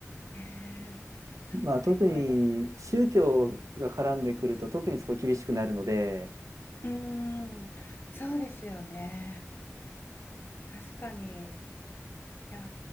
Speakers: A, on the left; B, on the right.
A: ねえそっかいろいろ。
B: まあ特に宗教が絡んでくると特にそこ厳しくなるので、
A: うーんそうですよね。確かに。いやー